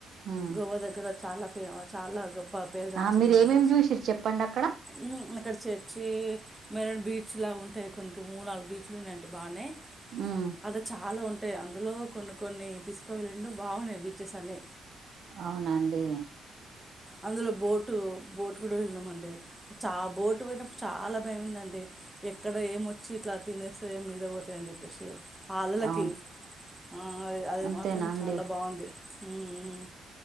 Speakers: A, on the right; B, in the centre.
A: ఉమ్.
B: గోవా దగ్గర చాలా ఏమో చాలా గోప్ పా పేరు గాంచిందన
A: ఆ మీరు
B: మాట
A: ఏమేమి చూసిరు చెప్పండి అక్కడ
B: ఊ అక్కడ చేర్చి మెరీన్ బీచ్ చ్ లా ఉంటాయి కొంచం మూడు నాలుగు బీచ్లున్నాయంట బానే
A: ఉమ్.
B: అది చాలా ఉంట్ టే అందులో కొన్ని కొన్ని తీసుకు వెళ్ళిండు బాగున్నాయి బీచెస్ అన్ని
A: అవునండి
B: అందులో బోటు బోటు కూడా వెళ్ళినమండి చ బోటు పోయినప్పుడు చాలా భయంమందండి ఎక్కడ ఏమొచ్చి ఇట్లా తినేస్తయో మీద పోతాయో అని చెప్పేసి ఆ అలలకి
A: అవును
B: ఆ అద్ అది
A: అంతేనా
B: మాత్రం
A: అండి
B: చాలా బాంది హ్మ్ హ్మ్